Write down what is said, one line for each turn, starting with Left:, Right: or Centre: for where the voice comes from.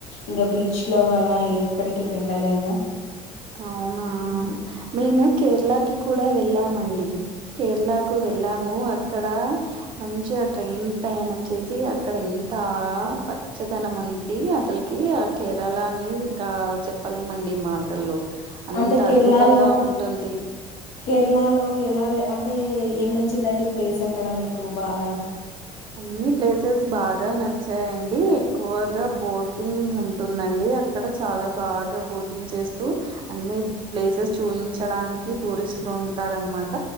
Left: ఇంకా బీచ్ లో అలా ఎక్కడికి వెళ్ళలేము
Right: అవునా మేము కేరళకి కూడా వెళ్ళామండి కేరళకు వె వెళ్ళాము అక్కడ మంచిగా ట్రైన్ ప్రయాణం చేసి అక్క ఎంత పచ్చదనం అంటే అసలకి ఆ కేరళ అని ఇంకా చెప్పలేమండి ఈ మాటల్లో అంత
Left: అంటే కేరళలో
Right: అద్భుతంగా ఉంటుంది
Left: కేరళలో ఎలా వే అంటే ఏం చిందండి ప్లేస్ అక్కడ మీకు బాగా
Right: అన్ని ప్లేసెస్ బాగా నచ్చాయండి ఎక్కువగా బోటింగ్ ఉంటుందండి అక్కడ చాలా బాగా బోటింగ్ చేస్తూ అన్ని ప్లేసెస్ చూయించడానికి టూరిస్ట్ టారు అన మాట